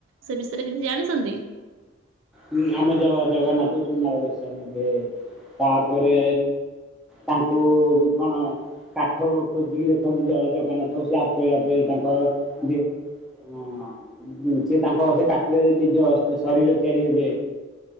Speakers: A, on the right; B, in the centre.
A: ସେ ବିଷୟରେ କିଛି ଜାଣିଛନ୍ତି?
B: ଊ ଆମ ଜଗନ୍ନାଥ ସୁନ୍ଦାର ବଶ ନ ନେବେ ତାପରେ ତାଙ୍କୁ କଣ କାଠ ଖୋଜିକି ଦେଖ ଅଛନ୍ତି ଜୟ ଜଗନ୍ନାଥ ସ କରିବା ପାଇଁ ତାଙ୍କର ହଁ ସେ ତାଙ୍କ ସେ କାଠରେ ନିଜ ଶରୀର ତିଆରି ହେବେ।